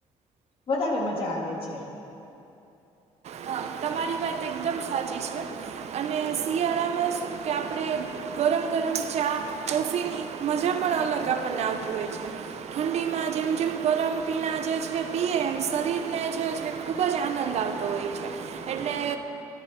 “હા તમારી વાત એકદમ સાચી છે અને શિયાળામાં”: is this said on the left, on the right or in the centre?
Right